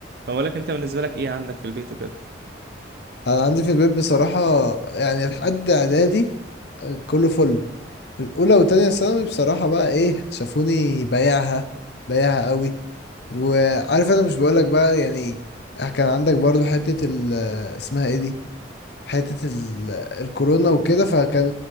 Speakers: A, on the right; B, on the left.
A: فبقول لك انت بالنسبه لك ايه عندك في البيت وكده
B: انا عندي في البيت بصراحة يعني لحد اعدادي كله فل في الاولى وتانية ثانوي بصراحة بقى ايه شافوني بايعها بايعها قوي وعارف انا مش بقولك بقى يعني كان عندك برضو حتة ال اسمها ايه دي حتة ال... الكورونا وكده فكان